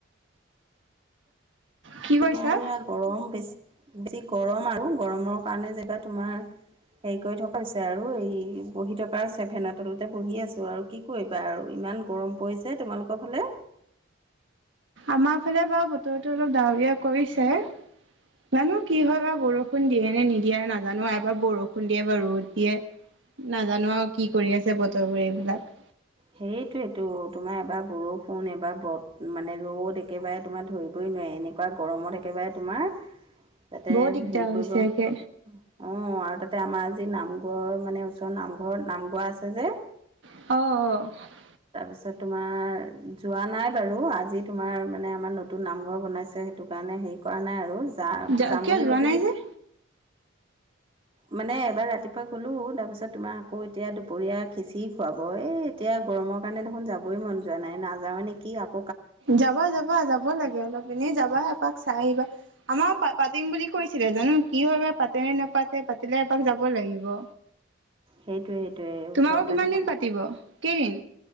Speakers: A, on the right; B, on the right.
A: কি কৈছা।
B: তোমাৰ ইয়া গৰম বেছি বেছি গৰম আৰু গৰমৰ কাৰণে যেনিবা তোমাৰ হেৰি কৰি থকা হৈছে আৰু এই বহি থকা হৈছে ফেনৰ তলতে বহি আছো আৰু কি কি কৰিবা আৰু ইমান গৰম পৰিছে তোমালোকৰ ফালে
A: আমাৰ ফালে বাৰু বতৰতো অলপ ডাৱৰীয়া কৰিছে জানো কি হয় বা বৰষুণ দিয়ে নে নিদিয়ে নাজানো এবাৰ বৰষুণ দিয়ে এবা ৰ'দ দিয়ে নাজানো আৰু কি কৰি আছে বতৰবোৰ এইবিলাক
B: সেইটোৱেটো তোমাৰ এবাৰ বৰষুণ এবাৰ বত মানে ৰ'দ একেবাৰে তোমাৰ ধৰিবই নোৱাৰে এনেক কুৱা গৰমত একেবাৰে তোমাৰ তাতে
A: বৰ দিগদাৰ
B: হেৰি
A: হৈছে
B: কৰিব অ
A: একে
B: আৰু তাতে আমাৰ আজি নামঘৰ মানে ওচৰ নামঘৰত নাম গোৱা আছে যে
A: অঁ অ
B: তাৰপিছত তোমাৰ যোৱা নাই বাৰু আজি তোমাৰ মানে আমাৰ নতুন নামঘৰ বনাইছে সেইটো কাৰণে হেৰি কৰা নাই আৰু যা
A: অ
B: যাম
A: কিয়
B: বুলি
A: যোৱা
B: ভাবিলো
A: নাই যে
B: মানে এবাৰ ৰাতিপুৱা গলোঁ তাৰপিছত তোমাৰ আকৌ এতিয়া দুপৰীয়া খিঁচিৰি খুৱাব এই এতিয়া গৰমক কাৰণে দেখোন যাবই মন যোৱা নাই নাযাওঁ নেকি আক
A: যাবা যাবা যাব লাগে অলপ এনেই যাবা এপাক চাই আহিবা আমাৰো পা পাতিম বুলি কৈছিলে জানো কি হয় বা পাতে নে নাপাতে পাতিলে এপাক যাব লাগিব
B: সেইটোৱে সেইটোয়ে
A: তোমালোকৰ
B: ওচৰতে
A: কিমান
B: ধৰা
A: দিন পাতিব কেদিন